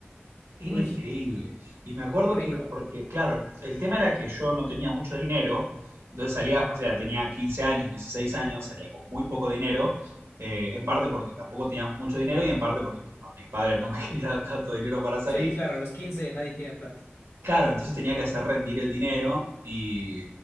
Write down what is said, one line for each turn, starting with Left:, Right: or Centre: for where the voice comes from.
Right: Era
Left: Uy,
Right: increíble. Y me acuerdo
Left: rico.
Right: que, porque, claro, el tema era que yo no tenía mucho dinero, entonces salía,
Left: Ujú.
Right: o sea, tenía 15 años, 16 años, salía con muy poco dinero, eh, en parte porque tampoco tenía mucho dinero y en parte porque mis, mis padres no me <laughs> querían dar tanto dinero para salir.
Left: Sí, claro, a los 15 nadie tiene plata.
Right: Claro, entonces tenía que hacer rendir el dinero y,